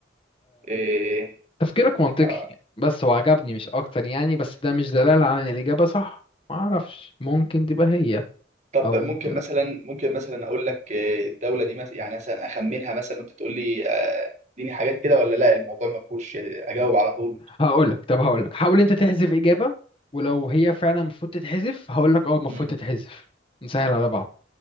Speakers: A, on the right (about 40°); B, on the left (about 30°).
A: إيه،
B: تفكيرك منطقي
A: آه،
B: بس هو عجبني مش اكتر يعني بس ده مش دلالة على ان الإجابة صح معرفش ممكن تبقى هي
A: طب
B: او ممكن
A: ممكن
B: لا
A: مثلا ممكن مثلا أقول لك آه، الدولة دي مثلا يعني مثلا أخمنها مثلا وأنت تقول لي آه، اديني حاجات كده ولا لا الموضوع ما فيهوش آه، اجاوب على طول
B: هقولك طب هقولك حاول انت تحذف إجابة ولو هي فعلا المفروض تتحذف هقولك اه المفروض
A: مم.
B: تتحذف نسهل على بعض